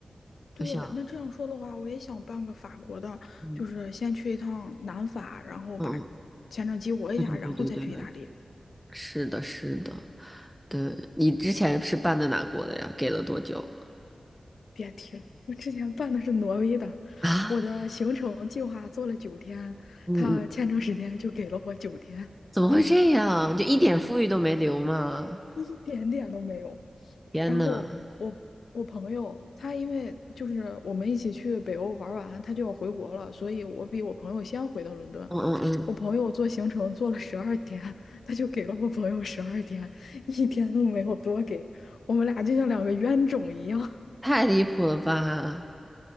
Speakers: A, on the left; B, in the centre.
A: 对，
B: 好像，
A: 那这样说的话，我也想办个法国的，
B: 嗯
A: 就是先去一趟南法，然后把
B: 嗯，
A: 签证激活一下，
B: 对对对对对对，
A: 然后再去意大利。
B: 是的，是的，对，你之前是办的哪国的呀？给了多久？
A: 别提了，我之前办的是挪威的，
B: 啊，
A: 我的行程计划做了九天，
B: 嗯嗯，
A: 他签证时间就给了我九天。
B: 怎么会这样？就一点富裕都没留吗？
A: 一点点都没有。
B: 天呐，
A: 然后我我朋友他因为就是我们一起去北欧玩完，他就要回国了，所以我比我朋友先回到伦敦。
B: 嗯嗯嗯，
A: 我朋友做行程做了十二天，他就给了我朋友十二天，一天都没有多给。我们俩就像两个冤种一样，
B: 太离谱了吧！